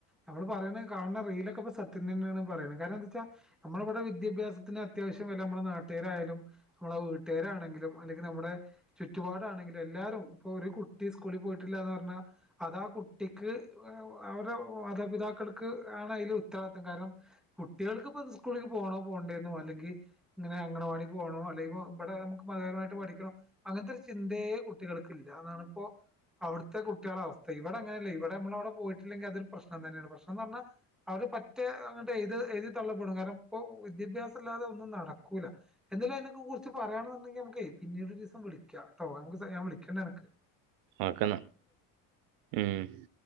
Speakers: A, in the centre; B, on the right.
A: നമ്മൾ പറയണ കാണ റീലൊക്കെ സത്യംതെന്നെയാണ് പറയണ് കാരണം എന്താ വെച്ചാ നമ്മളവിടെ വിദ്യാഭ്യാസത്തിന് അത്യാവശ്യം വില നമ്മുടെ നാട്ടുകരായാലും നമ്മളെ വീട്ടുകാരാണെങ്കിലും അല്ലെങ്കിൽ നമ്മുടെ ചുറ്റുപാട് ആണെങ്കിലും എല്ലാരും ഇപ്പൊ ഒരു കു ട്ടി സ്കൂളിൽ പോയിട്ടില്ല എന്ന് പറഞ്ഞാ അതാ കുട്ടിക്ക് അവരുടെ മാതാപിതാക്കൾക്ക് ആണ് അയിൽ ഉത്തരവാദിത്തം കാരണം കുട്ടികൾക്കപ്പത് സ്കൂളിലക്ക് പോണോ പോണ്ടേെന്നോ അല്ലെങ്കിൽ ഇങ്ങനെ അംഗണവാടി പോകണോ അല്ലെങ്കോ ഇവിടെ നമുക്ക് മതപരമായിട്ട് പഠിക്കണോ അങ്ങനത്തെ ഒരു ചിന്തേ കുട്ടികൾക്കില്ല അതാണിപ്പോ അവിടുത്തെ കുട്ടികള അവസ്ഥ ഇവിടെ അങ്ങനെയല്ലേ ഇവിടെ നമ്മളവിടെ പോയിട്ടില്ലങ്കിൽ അതൊ പ്രശ്നം തന്നെയാണ് പ്രശ്നന്ന് പറഞ്ഞ അവര് പറ്റേ അങ്ങട്ട് എഴത് എഴതി തള്ളപ്പെടും കാരണം ഇപ്പൊ വിദ്യാഭ്യാസം ഇല്ലാതെ ഒന്നും നടക്കൂല എന്തെകിലും അതിനനെ കുറിച്ച് പറയാണെന്നുണ്ടെങ്കിൽ നമുക്ക് പിന്നീട് ഒരു ദിവസം വിളിക്കാം ട്ടൊ ഞാൻ വിളിക്കണ്ട് അനക്ക്
B: ഓക്കേ ന്നാ ഉം